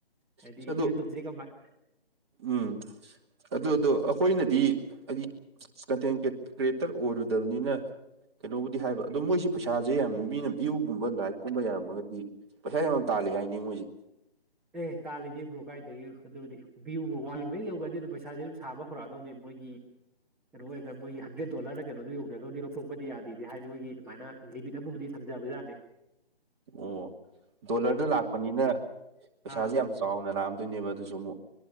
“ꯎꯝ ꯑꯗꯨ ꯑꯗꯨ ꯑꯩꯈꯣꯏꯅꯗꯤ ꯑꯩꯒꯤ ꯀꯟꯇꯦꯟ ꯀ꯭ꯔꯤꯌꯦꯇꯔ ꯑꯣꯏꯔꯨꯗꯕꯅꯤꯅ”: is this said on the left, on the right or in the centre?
Right